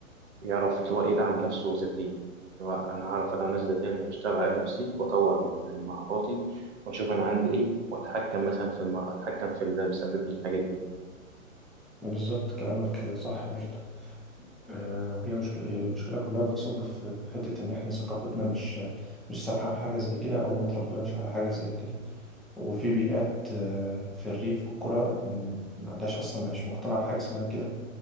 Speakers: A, on the right; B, in the centre.
A: يعرف اللي هو يدعم نفسه ذاتيا اللي هو أنا هعرف أدعم نفسي ذاتيا أنا هشتغل على نفسي وأطور من مهاراتي وأشوف أنا عندي إيه وأتحكم مثلا في الم... أتحكم في اللي بيسبب لي الحاجات دي
B: بالظبط كلامك صح برضه آه وهي مشكلة المشكلة كلها بتصب في في حتة إن إحنا ثقافتنا مش مش سامحة في حاجة زي كده أو ما تربناش على حاجة زي كده وفي بيئات آه، في الريف والقرى م- ما عندهاش أصلا مش مقتنعة بحاجة اسمها كده